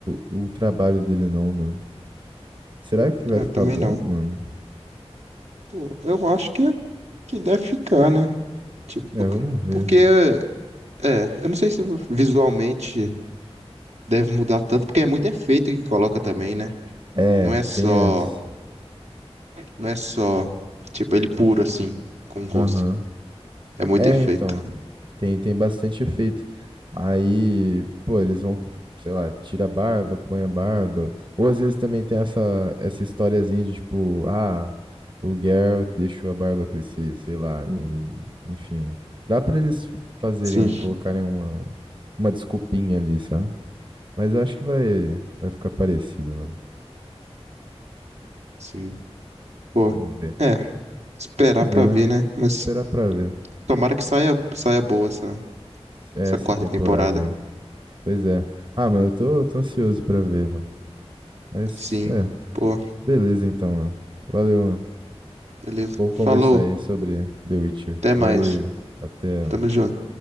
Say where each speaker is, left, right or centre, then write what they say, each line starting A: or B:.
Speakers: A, on the right; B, on the right.
A: o, o trabalho dele, não, mano. Será que vai
B: Eu
A: ficar
B: também
A: bom,
B: não.
A: mano?
B: Pô, eu acho que é que deve ficar, né? Tipo,
A: É,
B: porque,
A: vamos ver.
B: porque, é, eu não sei se visualmente deve mudar tanto, porque é muito efeito que coloca também, né?
A: É,
B: Não é só,
A: tem as.
B: não é só, tipo, ele puro assim, com o rosto.
A: Aham.
B: É muito
A: É,
B: efeito.
A: então, tem, tem bastante efeito. Aí, pô, eles vão, com- sei lá, tira a barba, põe a barba. Ou às vezes também tem essa, essa historiazinha de tipo, ah, o Geralt deixou a barba crescer, sei lá. E, enfim, dá pra eles fazerem,
B: Sim,
A: um- colocarem uma, uma desculpinha ali, sabe? Mas eu acho que vai, vai ficar parecido, mano.
B: sim. Pô,
A: Vamos ver.
B: é, esperar
A: Vamos
B: pra
A: ver, né?
B: ver, né? Mas
A: Esperar pra ver
B: tomara que saia, saia boa essa,
A: essa
B: essa quarta
A: temporada
B: temporada.
A: aí. Pois é. Ah, mano, eu tô, tô ansioso pra ver, mano. Mas
B: Sim,
A: é,
B: pô,
A: beleza então, mano. Valeu, mano.
B: beleza.
A: Bom conversar
B: Falou,
A: aí sobre The Witcher.
B: até
A: Valeu,
B: mais.
A: até. mano.
B: Tamo junto.